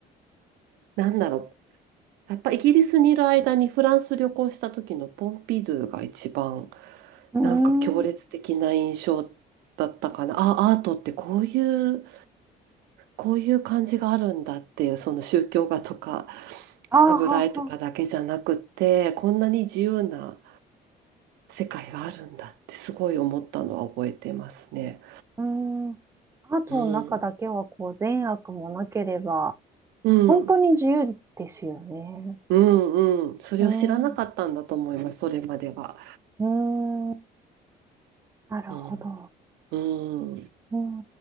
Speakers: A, on the right; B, on the right.
A: なんだろう。やっぱイギリスにいる間にフランス旅行した時のポンピドゥが一番
B: ーん。
A: なんか強烈的な印象だったかな。
B: あ
A: あ、アートってこういうこういう感じがあるんだっていう、その宗教画とか
B: ーはは。
A: 油絵とかだけじゃなくて、こんなに自由な世界があるんだってすごい思ったのは覚えてますね。
B: うーん、アートの中だけはこう善悪もなければ、
A: うん。うん。
B: 本当に自由ですよね。
A: うんうん。それを知らなかったんだと思います、
B: うーん、う
A: それまでは。
B: ーん、なるほど。
A: うん。うん。
B: うーん